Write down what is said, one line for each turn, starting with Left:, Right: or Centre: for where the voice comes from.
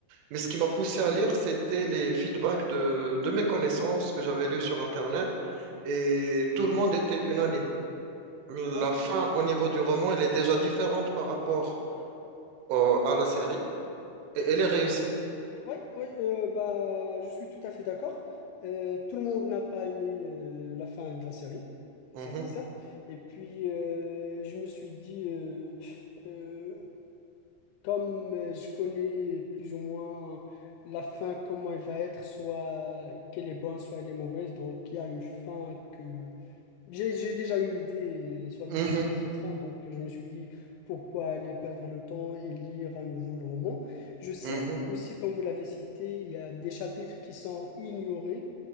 Right: mais ce qui m'a poussé à lire, c'était les feedbacks de de mes connaissances que j'avais lues sur Internet, et tout le monde était unanime. La
Left: Oui,
Right: fin au niveau du roman, elle est déjà différente par rapport au- à la série et elle est réussie.
Left: oui, oui. euh, bah, je suis tout à fait d'accord. Euh, tout le monde n'a pas aimé euh, la fin de la série.
Right: Mhm.
Left: Ça, c'est certes. Et puis, euh, je me suis dit, euh, euh, Comme euh, je connais plus ou moins la fin, comment elle va être, soit qu'elle est bonne, soit elle est mauvaise, donc il y a une fin que... J'ai, j'ai déjà une idée, euh, soi-disant,
Right: Mhm.
Left: sur cette fin, donc je me suis dit, pourquoi aller perdre le temps et lire à nouveau le roman? Je sais
Right: Mhm.
Left: aussi, comme vous l'avez cité, il y a des chapitres qui sont ignorés